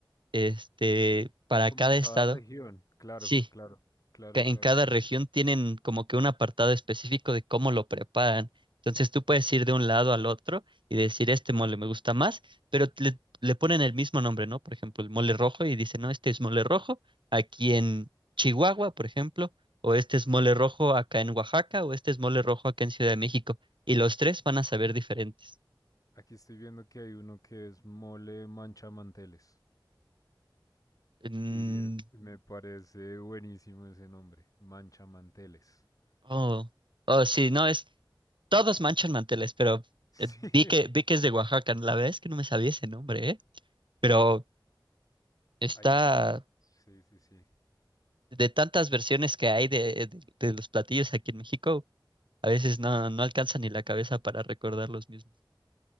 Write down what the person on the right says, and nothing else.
este, para
cada
estado,
sí,
ca- en
cada región tienen como que un apartado específico de cómo lo preparan. Entonces tú puedes ir de un lado al otro y decir, este mole me gusta más, pero t- le, le ponen el mismo nombre, ¿no? Por ejemplo, el mole rojo y dicen, no, este es mole rojo aquí en Chihuahua, por ejemplo, o este es mole rojo acá en Oaxaca, o este es mole rojo acá en Ciudad de México. Y los tres van a saber diferentes.
Mm,
oh, oh, sí, no, es, todos manchan manteles, pero
eh, vi que, vi que es de Oaxaca. La verdad es que no me sabía ese nombre, ¿eh? Pero está
de tantas versiones que hay de, de- de los platillos aquí en México, a veces no, no alcanza ni la cabeza para recordar los mismos.